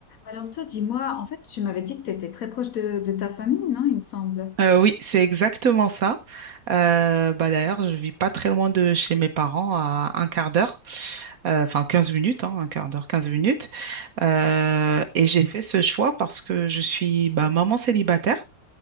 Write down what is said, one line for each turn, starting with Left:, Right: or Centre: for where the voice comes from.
Left: Alors toi, dis-moi, en fait, tu m'avais dit que tu étais très proche de, de ta famille, non, il me semble.
Right: Euh, oui, c'est exactement ça. Euh, bah, d'ailleurs, je vis pas très loin de chez mes parents, à un quart d'heure, Euh, enfin 15 minutes, hein, un quart d'heure, 15 minutes. Euh, et j'ai fait ce choix parce que je suis bah, maman célibataire.